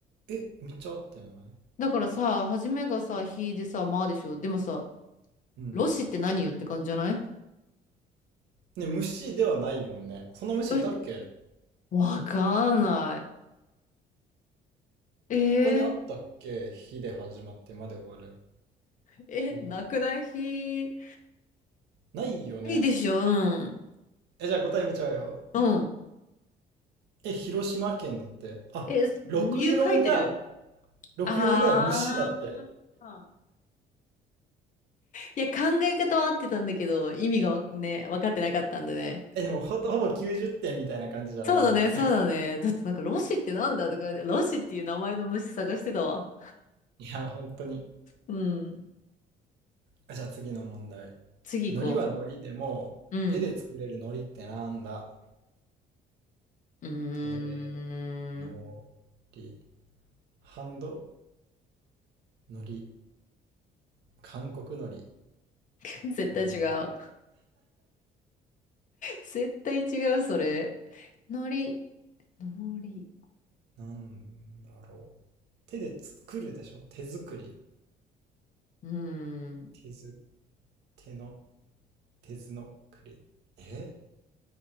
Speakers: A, on the right; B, on the left.
A: え、めっちゃ合ってない
B: だからさ、初めがさ、火でさ、まあでしょ。でもさ、
A: うん。
B: ロシって何よって感じじゃない
A: ね、虫ではないもんね。そんな虫いたっけ
B: ロシわかんない。え
A: ここにあったっけ火で始まってまで終わる。
B: ー、え、
A: えー
B: なくない火。
A: ないよね。
B: いいでしょ、うん。
A: え、じゃあ答え見ちゃうよ。
B: うん。
A: え、広島県だって。あ、
B: え、
A: 64が、
B: 理由書いてる
A: 64が虫だって。
B: ああ。いや、考え方は合ってたんだけど、意味がわね、分かってなかったんでね。
A: え、でもほとほぼ90点みたいな感じじゃないもう。
B: そうだね、そうだね。だってなんか、ロシってなんだとかね、ロシっていう名前の虫探してたわ。
A: <laughs> いや、本当に。
B: うん。
A: あ、じゃあ次の問題。
B: 次行こ
A: 海苔は海苔でも、
B: う。うん。
A: 手で作れる海苔ってなんだ
B: うーん。
A: 手、のり。ハンド、海苔。韓国海苔。
B: <laughs> 絶対違う。
A: うん
B: 絶対違う、それ。のり。のり。
A: なんだろう。手で作るでしょ手作り。
B: うーん。
A: 手ず、手の、手ずのくりえ